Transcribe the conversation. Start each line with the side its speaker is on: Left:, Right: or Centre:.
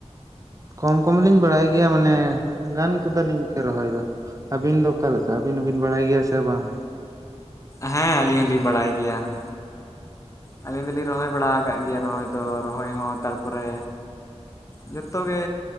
Right: ᱠᱚᱢ ᱠᱚᱢ ᱞᱤᱧ ᱵᱟᱲᱟᱭ ᱜᱮᱭᱟ ᱢᱟᱱᱮ ᱜᱟᱱ ᱜᱚᱫᱟᱞᱤᱧ <inaudible> ᱨᱚᱦᱚᱭ ᱫᱚ ᱾ ᱟᱹᱵᱤᱱ ᱫᱚ ᱚᱠᱟ ᱞᱮᱠᱟ, ᱟᱹᱵᱤᱱ ᱦᱚᱸ ᱵᱤᱱ ᱵᱟᱲᱟᱭ ᱜᱮᱭᱟ ᱥᱮ ᱵᱟᱝ?
Left: ᱦᱮᱸ ᱟᱹᱞᱤᱧ ᱦᱚᱞᱤᱧ ᱵᱟᱲᱟᱭ ᱜᱮᱭᱟ ᱾ ᱟᱹᱞᱤᱧ ᱫᱚᱞᱤᱧ ᱨᱚᱦᱚᱭ ᱵᱟᱲᱟ ᱠᱟᱜ ᱜᱮᱭᱟ ᱨᱚᱦᱚᱭ ᱫᱚ ᱨᱚᱦᱚᱭ ᱦᱚᱸ ᱛᱟᱨᱯᱚᱨᱮᱼᱼ ᱡᱷᱚᱛᱚ ᱜᱮ,